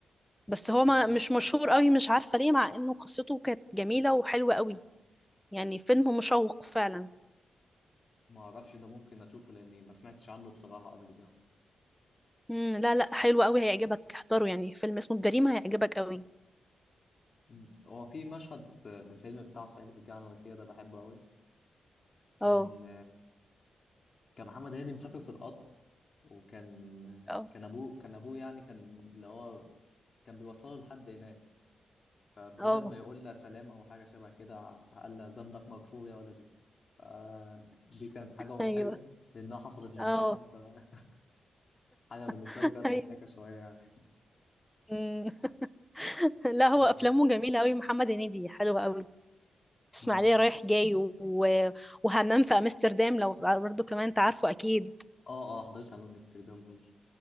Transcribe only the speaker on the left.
مم.
ما اعرفش ده ممكن اشوفه لاني ما سمعتش عنه بصراحه قبل كده
مم. هو في مشهد في الفيلم بتاع صعيدي في الجامعه الامريكيه ده بحبه قوي كان
كان محمد هنيدي مسافر في القطر وكان
كان ابوه كان ابوه يعني كان اللي هو كان بيوصله لحد هناك فبدل
ما يقول لها سلام او حاجه شبه كده قال لها ذنبك مغفور يا ولدي ف- دي كانت حاجه مضحكه
لانها حصلت معايا
يعني فحاجه بالنسبه
لي كانت
مضحكه شويه يعني
بس
م-
اه اه حضرتها أنا في امستردام برضه